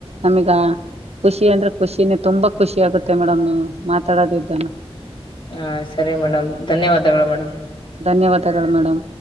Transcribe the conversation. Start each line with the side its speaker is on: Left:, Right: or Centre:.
Right: ನಮಗ ಖುಷಿ ಅಂದ್ರೆ ಖುಷಿನೇ ತುಂಬಾ ಖುಷಿ ಆಗುತ್ತೆ ಮೇಡಮ್ ನೀವು ಮಾತಾಡೋದು ಇದ್ದಾನ
Left: ಹಾ ಸರಿ ಮೇಡಮ್ ಧನ್ಯವಾದಗಳು ಮೇಡಮ್
Right: ಧನ್ಯವಾದಗಳು ಮೇಡಮ